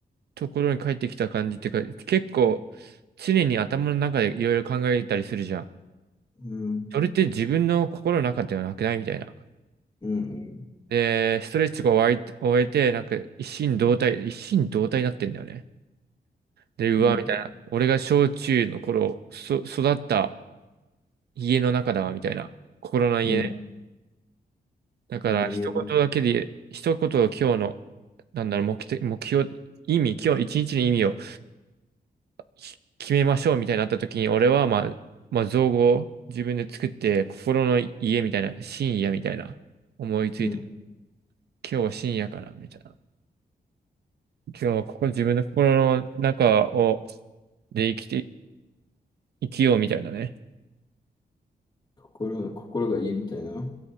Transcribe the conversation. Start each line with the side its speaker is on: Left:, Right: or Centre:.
Right: ところに帰ってきた感じっていうか、結構常に頭の中でいろいろ考えたりするじゃん。
Left: うん、
Right: それって自分の心の中ではなくないみたいな。
Left: うん、うん、
Right: で、ストレッチが終わ終えて、なんか一心同体、一心同体になってんだよね。で、うわ、
Left: うん、
Right: みたいな。俺が小中の頃、そ、育った家の中だわ、みたいな。心の家ね。
Left: うん。
Right: だから、
Left: ええ、
Right: 一言だけで、一言を今日の、なんだろう、目的、目標、意味、今日一日の意味をき決めましょう、みたいになった時に、俺は、まあ、まあ、造語を自分で作って、心の家みたいな、深夜みたいな、思いついて、
Left: うん。
Right: 今日は深夜かな、みたいな。今日はここ自分の心の中を、で生きて、生きようみたいなね。
Left: 心、心が家みたいな。